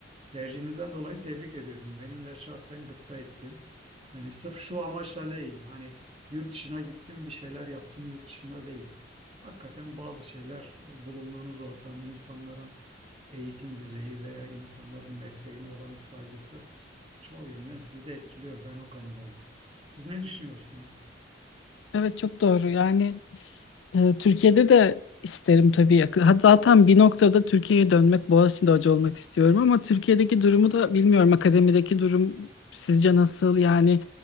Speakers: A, on the right; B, on the left.
A: tercihinizden dolayı tebrik ediyorum. Benim de şahsen gıpta ettim. Yani sırf şu amaçla değil. Hani yurt dışına gittim bir şeyler yaptım yurt dışında değil. Hakikaten bazı şeyler e, bulunduğunuz ortam, insanların eğitim düzeyi veya insanların mesleğine olan saygısı çoğu yönden sizi de etkiliyor. Ben o kanadayım. Siz ne düşünüyorsunuz?
B: Evet çok doğru. Yani e, Türkiye'de de isterim tabii. yakın- Ha, zaten bir noktada Türkiye'ye dönmek, Boğaziçi'nde hoca olmak istiyorum ama Türkiye'deki durumu da bilmiyorum. Akademideki durum sizce nasıl? Yani